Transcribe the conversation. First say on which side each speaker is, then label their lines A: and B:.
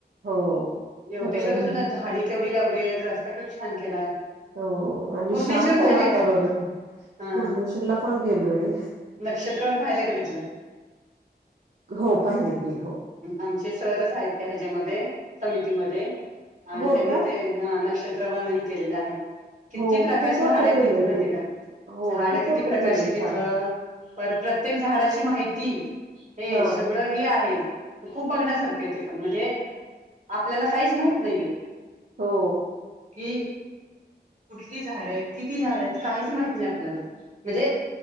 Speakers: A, on the right; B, on the right.
A: हो
B: यवतेश्वरला
A: बरोबर
B: सुद्धा झाडी केवढी लावली आहे रस्ता किती छान केलाय.
A: हो आणि
B: पूर्णेश्वर
A: शांत
B: पाहिलंय
A: आहे वातावरण.
B: का हा
A: कुर्णेश्वर ला पण गेलोय.
B: नक्षत्रवन <inaudible>
A: हो पाहिले की हो.
B: आमचे सरच आहेत ह्याच्याया मध्ये समितीमध्ये आणि
A: हो
B: त्यांनी
A: का
B: ते हा नक्षत्रवन ही केलेला आहे किती
A: हो
B: प्रकारची
A: खूप मोठं
B: झाडं आहेत
A: केलंय
B: तिथं माहितय
A: ते
B: आहे का?
A: हो
B: झाड
A: खूप
B: किती
A: मोठं
B: प्रकारची
A: केलंय छान
B: तिथं पर प्रत्येक झाडाची माहिती हे
A: हा
B: सगळं ही आहे खूप बघण्यासारखं य ते पण म्हणजे आपल्याला काहीच माहित नाहीये
A: हो
B: कि कुठली झाड आहेत, किती झाड आहेत, काहीच माहित नाही आपल्याला म्हणजे